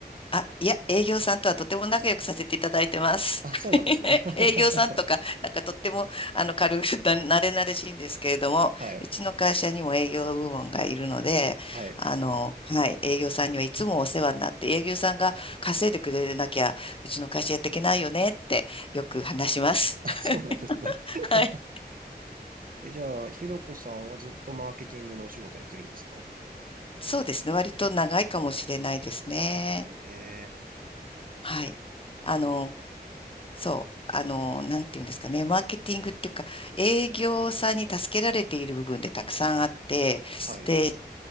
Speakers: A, on the left; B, on the right.
A: あ、いや、営業さんとはとても仲良くさせていただいてます。
B: あ、そうなんですね。
A: <laughs>
B: <laughs>
A: 営業さんとか、なんかとっても、あの、軽く、なれなれしいんですけれども、
B: はい、
A: うちの会社にも営業部門がいるので、
B: はい。
A: あの、はい、営業さんにはいつもお世話になって、営業さんが稼いでくれなきゃ、うちの会社やっていけないよねって、よく話します。
B: あ、
A: <laughs>
B: そうなんですね。<laughs>
A: はい。
B: え、じゃあ、ひろこさんはずっとマーケティングのお仕事やってるんですか
A: そうですね。割と長いかもしれないですね。
B: ええー
A: はい。あの、
B: あは
A: そう、あの、なんていうんですかね、マーケティングっていうか、営業さんに助けられている部分でたくさんあって、
B: はい、
A: で、